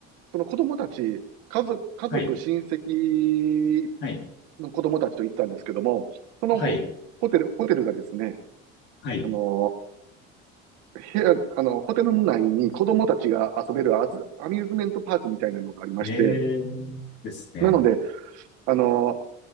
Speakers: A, on the right; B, on the left.
A: その子供たち、家族、家族、
B: はい。
A: 親戚
B: はい。
A: の子供たちと行ったんですけども、そのホ、
B: はい。
A: ホテル、ホテルがですね、
B: はい。
A: あの、部屋、あの、ホテル内に子供たちが遊べるアズ、アミューズメントパークみたいなのがありまして、
B: えー、ですね。
A: なので、あの、